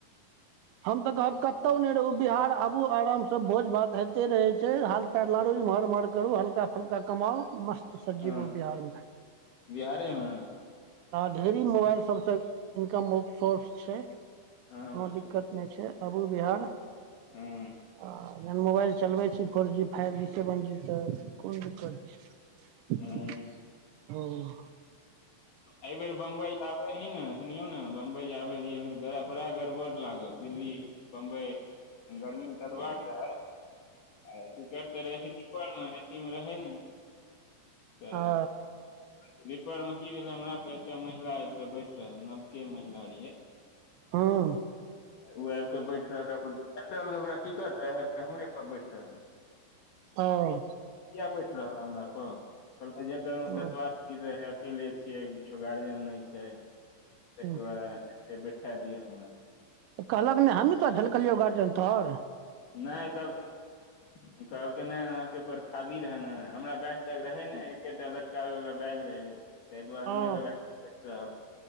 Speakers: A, on the right; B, on the left.
A: हम तऽ कहब क कतौ नहि रहु बिहार आबु आराम से भोज भात होइते रहै छै, हाल पैर लारू इमहर उमहर करू हल्का फुल्का कमाऊ मस्त से जीबू
B: ओ
A: बिहारमे।
B: बिहारेमे
A: हँ ढेरी मोबाइल सबसँ इनकम सोर्स छै।
B: हँ
A: दिकत नै छै आबू बिहार
B: हँ
A: आ मोबाइल चलबै छी four G, five G seven G तऽ कोन दिकत छै।
B: हँ
A: हुं।
B: एहि बेेर बम्बई आयब आ रहि ने सुनियौ ने बम्बई जे आबै रहियै फेर बड़ा गड़बड़ लागल, दिल्ली बम्बइ गर्मी मे कटबाक रहे आ टिकट तऽ रहै स्लीपर मे एसी मे रहै नै त
A: आ
B: स्लीपर में की भेले हमरा पर एकटा महिला आबि के बैस रहल नबके महिला रहै
A: हँ।
B: ऊ आबि कऽ बैइठ रहलै, ओकऽ जेनरलके ओकरा टिकट रहै, हमरे पर बैइठ रहलै।
A: आउ।
B: किया बैठ रहला हमरा पर? कहलकै जेनरल मे
A: हँ
B: ततबै अइ बेर अकेले छियै, कियो गार्जियन नैय छै। तई
A: हँ
B: दुवारे ऐते बैठा दिया हमरा।
A: तऽ कहलक नैय हमही तोरा झलकलियौ गार्जियन तोऽर?
B: नैय कहलकैे कहलकै नैय अहाँके पर खाली रहैऽ न? हमरा बैग तऽ रहै नै, एकेटा लटकाबै वला बैग रहै। तई दुआरे
A: हँ
B: हमरे लग आइब कऽ बैठ रहल,